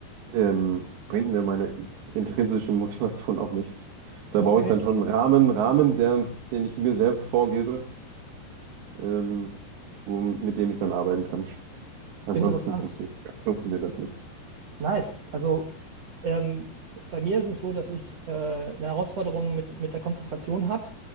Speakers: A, on the right; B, on the right.
A: ähm, bringt mir meine intrinsische <laughs> Motivation auch nichts. Da
B: Okay,
A: brauche ich dann schon einen Rahmen, Rahmen, der, den ich mir selbst vorgebe ähm, wo, mit dem ich dann arbeiten kann. Ansonsten
B: interessant.
A: funktioniert, funktioniert das nicht.
B: Nice. Also ähm, bei mir ist es so, dass ich äh, eine Herausforderung mit, mit der Konzentration habe,